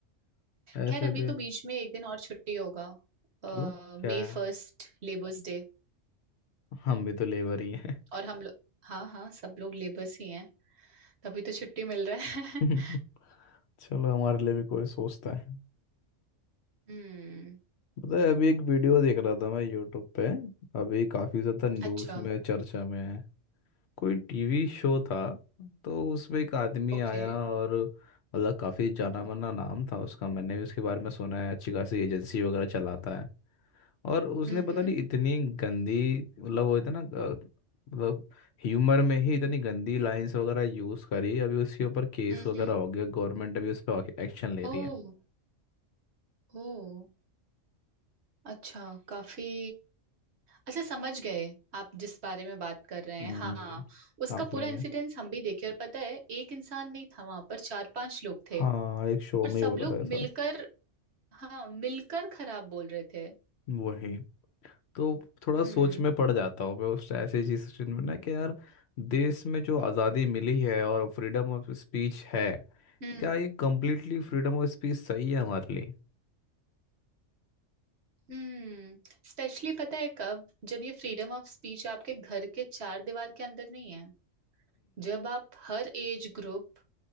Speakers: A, on the left (about 65°); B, on the right (about 60°).
A: ऐसे
B: खैर अभी
A: भी
B: तो बीच में एक दिन और छुट्टी होगा अ,
A: क्यों क्या
B: मई
A: है
B: फर्स्ट लेबर्स डे
A: हम भी तो लेबर ही हैं
B: और हम लोग हाँ हाँ सब लोग लेबर्स ही हैं तभी तो छुट्टी मिल रहा है
A: <laughs>
B: <laughs>
A: चलो हमारे लिए भी कोई सोचता है
B: हम्म
A: पता है अभी एक वीडियो देख रहा था मैं यूट्यूब पे अभी काफ़ी ज़्यादा न्यूज़
B: अच्छा
A: में चर्चा में है कोई टीवी शो था तो उसमें एक आदमी
B: ओके
A: आया और मतलब काफ़ी जाना माना नाम था उसका मैंने भी उसके बारे में सुना है अच्छी खासी एजेंसी वगैरह चलाता है और उसने
B: हम्म हम्म
A: पता नहीं इतनी गंदी मतलब वो इतना अ, मतलब ह्यूमर में ही इतनी गंदी लाइंस वगैरह यूज़ करी अभी उसके ऊपर केस
B: हम्म
A: वगैरह
B: हम्म
A: हो गया गवर्नमेंट अभी उस पर एक्शन ले रही
B: ओह
A: है
B: ओ अच्छा काफी अच्छा समझ गए आप जिस बारे में बात कर रहे
A: हम्म
B: हैं हाँ उसका
A: आपने
B: पूरा
A: भी
B: इंसिडेंस हम भी देखे और पता है एक इंसान नहीं था वहां पर चार पांच लोग थे
A: हाँ एक
B: और
A: शो में
B: सब
A: ही हो रहा
B: लोग
A: था ऐसा
B: मिलकर हाँ मिलकर खराब बोल रहे थे
A: वही तो थोड़ा
B: हम्म
A: सोच में पड़ जाता हूँ मैं उस ऐसी चीज सिचुएशन में ना कि यार देश में जो आज़ादी मिली है और फ्रीडम ऑफ स्पीच है
B: हम्म
A: क्या ये कम्प्लीटली फ्रीडम ऑफ स्पीच सही है हमारे लिए
B: हम्म स्पेशली पता है कब जब ये फ्रीडम ऑफ स्पीच आपके घर के चार दीवार के अंदर नहीं है जब आप हर एज ग्रुप